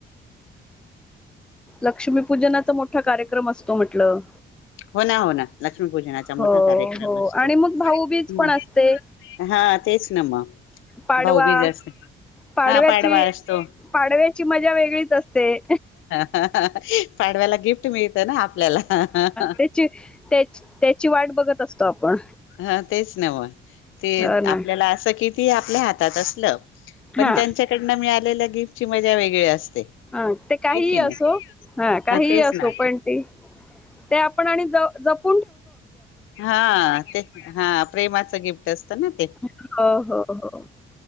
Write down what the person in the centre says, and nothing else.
लक्ष्मीपूजनाचा मोठा कार्यक्रम असतो म्हटलं
हो,
हो
आणि मग भाऊबीज पण
असते.
पाडवा
पाडव्याची
पाडव्याची मजा वेगळीच असते
त्याची त्याच त्याची वाट बघत असतो आपण
हो ना
हा
हा ते काहीही
असो हा काहीही
असो
पण ते ते आपण आणि ज जप
हो हो हो